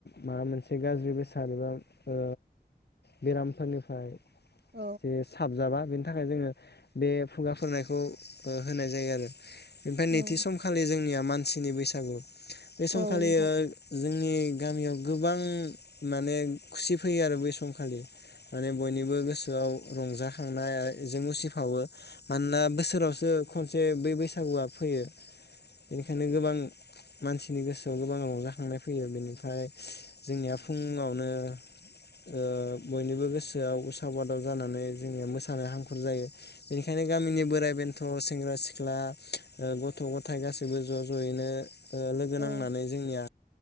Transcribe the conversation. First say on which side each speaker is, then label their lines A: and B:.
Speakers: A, on the left; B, on the right.
A: माबा मोनसे गाज्रि बेसाद एबा ओ बेरामफोरनिफ्राय
B: औ
A: जे साबजाबा बेनि थाखाय जोङो बे फुगाफोरनायखौ होनाय जायो आर ओमफ्राय
B: नोंथां औ
A: नैथि
B: औ
A: समखालि जोंनिया मान सिनि बैसागु। बे
B: नोंथां
A: सम
B: औ
A: खालिया
B: नोंथां औ
A: जों नि गामियाव गोबां माने खुसि फैयो आरो बै सम खालि माने बयनिबो गोसोआव रंजाखांनायाजों उसिफावो मानोना बोसोरावसो खनसे बै बैसागुआ फैयो बेनिखायनो गोबां मानसिनि गोसो आव गोबां रंजाखांनाय फैयो बेनिफ्राय जोंनिया फुङावनो ओ बयनिबो गोसोआव उसाव बादाव जानानै जोंनिया मोसानो हांखुर जायो बेनिखायनो गामिनि बोराइ बेन्थ' सेंग्रा सिख्ला ओह गथ' गथाय गासैबो ज' ज' यैनो ओ लागो नां
B: औ
A: नानै जोंनिया